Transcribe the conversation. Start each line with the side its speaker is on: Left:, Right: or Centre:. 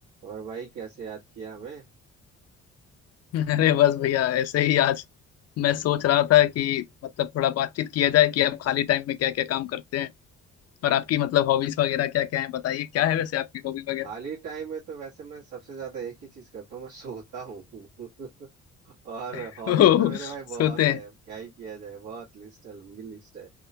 Right: और भाई कैसे याद किया हमें
Left: अरे बस भैया ऐसे ही आज मैं सोच रहा था कि मतलब थोड़ा बातचीत किया जाए कि आप खाली टाइम में क्या क्या काम करते हैं और आपकी मतलब हॉबीज वगैरह क्या क्या है बताइए क्या है वैसे आपकी हॉबी वगैरह
Right: खाली टाइम में तो वैसे मैं सबसे ज्यादा एक ही चीज करता हूँ मैं सोता हूँ <laughs> और
Left: <laughs>
Right: हॉबीज
Left: ओह,
Right: तो मेरे भाई बहुत
Left: सोते हैं
Right: है क्या ही किया जाए बहुत लिस्ट है लंबी लिस्ट है